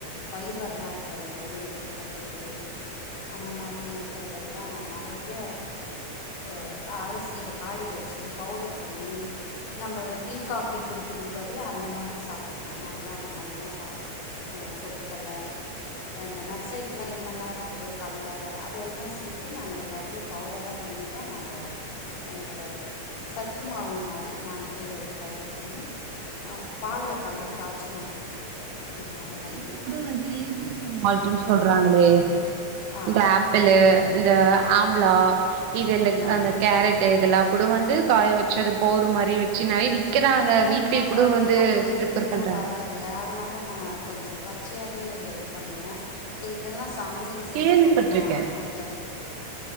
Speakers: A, on the left; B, on the right.
A: பயிர் வகலா இருக்கு பாருங்க உளுந்து பயிரு அந்த மாரி இருக்கிறதெல்லா ந றைய அ அலசி அத காய வச்சி பவ்டர் பண்ணி நம்பக டீ காஃபி குடிக்கிறது பதிலா அந்த மாரி சாப்புல்லா நாங்களா அந்த மாரி தா சாப்புட்றது ஒ துகல்ல அந்த நட்ஸ்சைட்லா என்னல்லாருக் குதோ கல்ல அத எல்லா ஸ் சேர்த்து நாங்க எல்லாத்தியு பவுடரா பண்ணி தா நாங்க இந்த சத்து மாவு மாரி அப்டி நாங்களே தயார் பண்ணி அ பால்ல கலந்து கா சி நாங்க குடிச்சக்கறது நாங்க அந்த மாரி
B: இப்பக்கூட வந்து ஏ பி சி மால்ட்டுன்னு சொல்றாங்களே
A: ஆ
B: இந்த ஆப்பிளு இந்த ஆம்ப்லா இதெல்லாத்
A: ஆமாம்
B: அந்த கேரட்டு இதெல்லா கூட வந்து காய வச்சது போரு மாரி வச்சு நெறைய விக் க்கிறாங்க
A: அதெல்லா
B: வீட்லயே
A: இன்னு
B: கூட
A: கொழந்தைங்க
B: வந்து
A: அந்த இதுக்கு
B: ப்ரிப்பேர்
A: இன்னு
B: பண்றாங்க
A: வரலல்ல அதனால நா கொஞ்ச பச்சையாவே பண்ணுவே இல்லன்னா சமையல்ல செஞ்சுக்கூட
B: கேள்விப்பட்டிருக்கே
A: நா குடுத்தனுப்பிவுடு வ